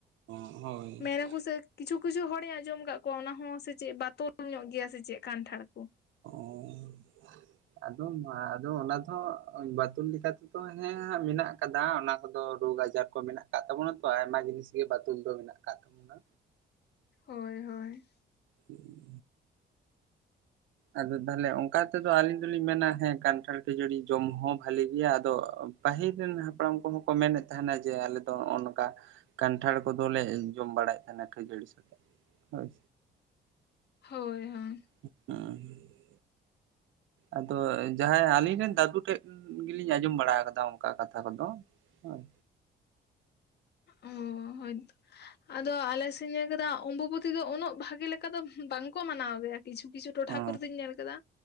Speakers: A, on the right (about 75°); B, on the left (about 55°).
A: ᱦᱳᱭ
B: ᱢᱮᱱᱟᱠᱚ ᱥᱮᱠ ᱠᱤᱪᱷᱩ ᱠᱤᱪᱷᱩ ᱦᱚᱲᱮᱧ ᱟᱸᱡᱚᱢ ᱠᱟᱫ ᱠᱚᱣᱟ ᱚᱱᱟ ᱦᱚᱸ ᱥᱮ ᱪᱮᱫ ᱵᱟᱛᱚᱞ ᱛᱚᱞ ᱧᱚᱜ ᱜᱮᱭᱟ ᱥᱮ ᱪᱮᱫ ᱠᱟᱱᱴᱷᱟᱲ ᱠᱚ
A: ᱚ ᱟᱫᱚ ᱢᱟ ᱟᱫᱚ ᱚᱱᱟ ᱫᱚ ᱵᱟᱛᱚᱞ ᱞᱮᱠᱟ ᱛᱮᱫᱚ ᱦᱮᱸ ᱦᱟᱸᱜ ᱢᱮᱱᱟᱜ ᱠᱟᱫᱟ ᱚᱱᱟ ᱠᱚᱫᱚ ᱨᱳᱜᱽ ᱟᱡᱟᱨ ᱠᱚ ᱢᱮᱱᱟᱜ ᱟᱠᱟᱫ ᱛᱟᱵᱚᱱᱟ ᱛᱚ ᱟᱭᱢᱟ ᱡᱤᱱᱤᱥ ᱜᱮ ᱵᱟᱛᱚᱞ ᱫᱚ ᱢᱮᱱᱟᱜ ᱟᱠᱟᱫ ᱛᱟᱵᱚᱱᱟ
B: ᱦᱳᱭ ᱦᱳᱭ
A: ᱦᱩᱸ ᱟᱫᱚ ᱛᱟᱦᱞᱮ ᱚᱝᱠᱟ ᱛᱮᱫᱚ ᱟᱞᱤᱧ ᱫᱚᱞᱤᱧ ᱢᱮᱱᱟ ᱦᱮᱸ ᱠᱟᱱᱴᱷᱟᱲ ᱠᱷᱟᱹᱡᱟᱲᱤ ᱡᱚᱢ ᱦᱚᱸ ᱵᱷᱟᱞᱤ ᱜᱮᱭᱟ ᱟᱫᱚ ᱯᱟᱹᱤᱞ ᱨᱮᱱ ᱦᱟᱯᱲᱟᱢ ᱠᱚᱦᱚᱸ ᱠᱚ ᱢᱮᱱᱮᱫ ᱛᱟᱦᱮᱱᱟ ᱡᱮ ᱟᱞᱮ ᱫᱚ ᱦᱚᱸᱜᱼᱚ ᱱᱚᱝᱠᱟ ᱠᱟᱱᱴᱷᱟᱲ ᱠᱚᱫᱚᱞᱮ ᱡᱚᱢ ᱵᱟᱲᱟᱭᱮᱫ ᱛᱟᱦᱮᱱᱟ ᱠᱷᱟᱹᱡᱟᱹᱲᱤ ᱥᱟᱛᱮᱜ ᱦᱳᱭ
B: ᱦᱳᱭ ᱦᱳᱭ
A: ᱦᱩᱸ ᱟᱫᱚ ᱡᱟᱦᱟᱸᱭ ᱟᱞᱤᱧ ᱨᱮᱱ ᱫᱟᱹᱫᱩ ᱴᱷᱮᱡ ᱜᱮᱞᱤᱧ ᱟᱸᱡᱚᱢ ᱵᱟᱲᱟ ᱟᱠᱟᱫᱟ ᱚᱝᱠᱟ ᱠᱟᱛᱷᱟ ᱠᱚᱫᱚ ᱦᱮᱸ
B: ᱚ ᱦᱳᱭᱛ ᱟᱫᱚ ᱟᱞᱮ ᱥᱮᱜ ᱤᱧ ᱧᱮᱞ ᱠᱮᱫᱟ ᱚᱢᱵᱚᱵᱚᱛᱤ ᱫᱚ ᱩᱱᱳᱜ ᱵᱷᱟᱜᱮ ᱞᱮᱠᱟ ᱫᱚ ᱵᱟᱝᱠᱚ ᱢᱟᱱᱟᱣ ᱜᱮᱭᱟ ᱠᱤᱪᱷᱩ ᱠᱤᱪᱷᱩ ᱴᱚᱴᱷᱟ
A: ᱦᱚᱸ
B: ᱠᱚᱨᱮ ᱫᱚᱧ ᱧᱮᱞ ᱠᱟᱫᱟ